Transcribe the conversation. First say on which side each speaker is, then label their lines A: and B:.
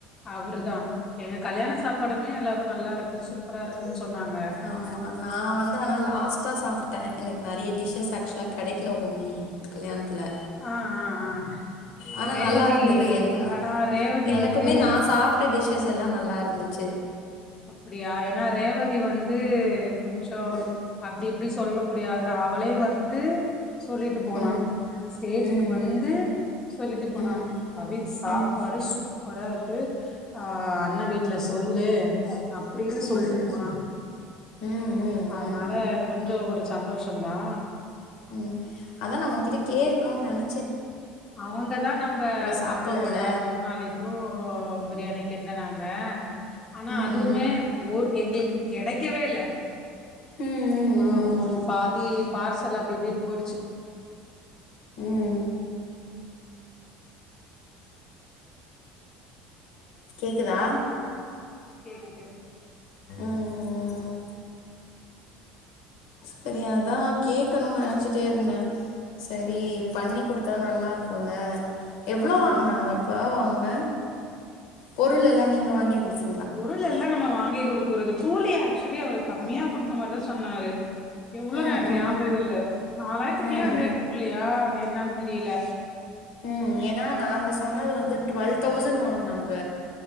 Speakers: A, on the left; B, on the left.
A: அவரு தா எங்க கல்யாண சாப்பாடுமே எல்லாரு நல்லா இருக்கு சூப்பரா இருக்குன்னு சொன்னாங்க
B: ஆமா நா வந்து ஆனா லாஸ்ட்டா சாப்ட்ட எனக்கு நெறைய
A: ம்
B: டிஷஸ் ஆக்சுவலா கிடைக்கல பொம்மி கல்யாணத்துல
A: ஆ ஆ ஆ
B: ஆனா
A: ரேவதி
B: நல்லா இருந்தது எனக்கு
A: ஆனா ரேவதி
B: எனக்குமே
A: வந்து
B: நா சாப்ட்ட டிஷஸ் எல்லாமே நல்லா இருந்தது
A: அப்டியா ஏன்னா ரேவதி வந்து கொஞ்ச அப்டி இப்டி சொல்ல கூடிய ஆளுதா அவளே வந்து சொல்லிட்டு போனா
B: ம் ம்
A: ஸ்டேஜுக்கு
B: ம்
A: வந்து சொல்லிட்டு போனா
B: ம் ம் ம்
A: பவி சாப்பாடு
B: ம்
A: சூப் பறா இருக்கு ஆ அண்ணா வீட் இல சொல்லு அப்டின்னு சொல்லிட்டு
B: ம்
A: போனா
B: ம்
A: அதனால
B: ம்
A: கொஞ்ச ஒரு சந்தோஷ தா
B: ம் அத உங்கிட்ட கேக்கனுமுன்னு நெனச்ச
A: அவங்கதா நம்ம
B: சாப்புல்லல
A: பாப்பாவோட பொறந்த நாளைக்கு பிரியாணி கேன்னுறாங்க ஆனா
B: ம்
A: அதுவுமே
B: ம்
A: மோர் எங்களுக்கு கெடைக்கவே இல்ல
B: ம்
A: மா
B: ம்
A: பாதி பார்ஸ் எல்லா அப்டி இப்டி போயிடுச்சு
B: ம் கேக்குதா
A: கேக்குது
B: ம் ம் சரி அதா கேக்கணு நா நெனைச்சிட்டே இருந்த சரி
A: சேரி சேரி
B: பண்ணி கொடுத் குடுத்தா நல்லா இருக்கும்ல எவ்ளோ
A: ஆமா
B: வாங்னாங்க இப்ப அவங்க பொருள் எல்லா நீங்க வாங்கி குடுச்
A: பொருள் எல்லா நம்ம வாங்கி கொடுக்கறது கூலி ஆக்சுவலி அவரு கம்மியா குடுத்த மாரிதா சொன்னாரு எவ்ளோ
B: ம்
A: எனக்கு
B: ம்
A: ஞாபக இல்ல நாலாயிரத்துக்குள்ளயா
B: ம்
A: அஞ்சாயிரத்துக்குள்ளயா என்னானு தெரியல
B: ம் ஏனா நாங்க சொன்னது வந்து டுவெல் தௌசண்ட் வாங்னாங்க